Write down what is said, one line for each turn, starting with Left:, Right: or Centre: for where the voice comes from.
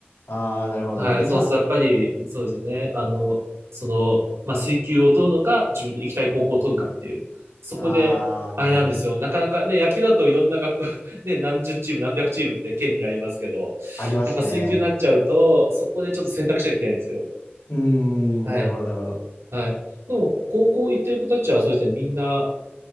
Left: ああ、なるほど、
Right: はい、
Left: なるほど。え、
Right: そうするとやっぱり、
Left: じゃあ、はい。
Right: そうですね。あの、その、まあ、水球を取るのか、自分の行きたい高校を取るかっていう。そこで、
Left: ああ、なるほど。
Right: あれなんですよ。なかなかね、野球だといろんな学校、<laughs> ね、何十チーム、何百チームって県にありますけど、
Left: ありますね。
Right: やっぱ水球になっちゃうと、そこでちょっと選択しなきゃいけないんですよ。
Left: うーん、
Right: はい、
Left: なるほど、なるほど。
Right: はい。でも、高校行ってる子たちはそうですね、みんな、